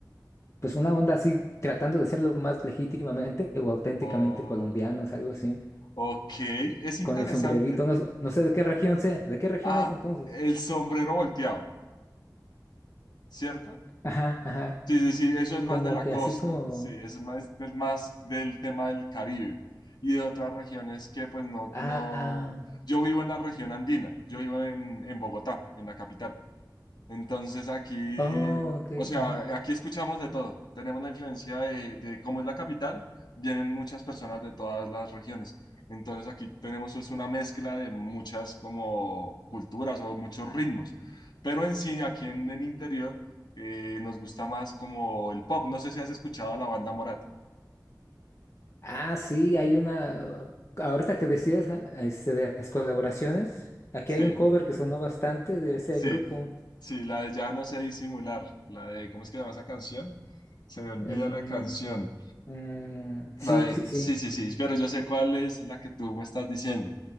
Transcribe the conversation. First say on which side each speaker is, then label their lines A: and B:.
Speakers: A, on the left (about 40°); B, on the left (about 75°).
A: pues una onda así, tratando de ser lo más legítimamente o auténticamente
B: o-
A: colombianos, algo así,
B: ok, es interesante.
A: con el sombrerito, no, s- no sé de qué región sea, ¿de qué región
B: Ah,
A: es entonces?
B: el sombrero volteado, ¿cierto?
A: Ajá, ajá,
B: Sí, sí, sí, eso es más
A: como
B: de la
A: que
B: costa,
A: así como,
B: sí, eso es más del, más del tema del Caribe y de otras regiones que pues no,
A: ah,
B: no,
A: ah,
B: yo vivo en la región andina, yo vivo en, en Bogotá, en la capital, Entonces aquí,
A: oh, ok,
B: o sea,
A: ajá.
B: aquí escuchamos de todo. Tenemos la influencia de, de cómo es la capital, vienen muchas personas de todas las regiones. Entonces aquí tenemos es una mezcla de muchas como culturas o muchos ritmos. Pero en sí, aquí en el interior, eh, nos gusta más como el pop. No sé si has escuchado la banda Morat.
A: Ah, sí, hay una, ahorita que decías ah, este, de las colaboraciones, aquí
B: Sí,
A: hay un cover que sonó bastante de ese
B: sí,
A: grupo.
B: sí, la de Ya no sé disimular, la de, ¿cómo es que se llama esa canción? Se me olvida
A: em,
B: la canción.
A: Mm, sí,
B: La de,
A: sí, sí.
B: sí, sí, sí, pero yo sé cuál es la que tú me estás diciendo.